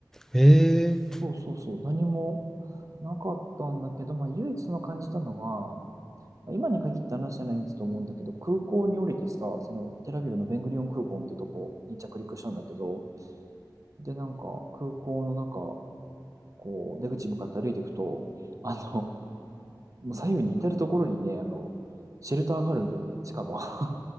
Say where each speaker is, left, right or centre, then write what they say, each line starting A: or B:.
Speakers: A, in the centre; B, on the right.
A: ええー。
B: そうそうそう。何もなかったんだけど、まあ唯一その感じたのは、まあ今に限った話じゃないんだと思うんだけど、空港に降りてさ、そのテラビブのベングリオン空港ってとこに着陸したんだけど、で、なんか空港の中、こう出口に向かって歩いていくと、あの、もう左右に至るところにね、あの、シェルターがあるんだよね、地下の。<laughs>